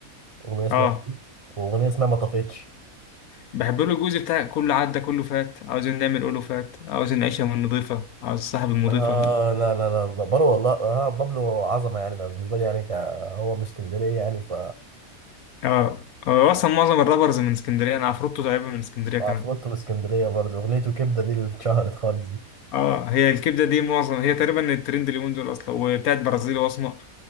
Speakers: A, on the right; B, on the left.
A: أغنية اسمها
B: اه
A: فري وأغنية اسمها ما طفتش
B: بحب له الجزء بتاع كله عدى كله فات عاوزين نعمل قوله فات عاوزين نعيشها من نضيفه عاوز صاحب المضيفه
A: اه لا لا لا بابلو والله اه بابلو عظمة يعني ده بالنسبة لي يعني ك- هو من اسكندرية يعني ف
B: اه آه، هو اصلا معظم الرابرز من اسكندريه انا عفروتو تقريبا من اسكندريه
A: عفروتو
B: كمان
A: من اسكندرية برضه أغنيته كبدة دي اللي اتشهرت خالص دي
B: اه هي الكبده دي معظم هي تقريبا الترند اليومين دول اصلا وبتاعت برازيلي واسمر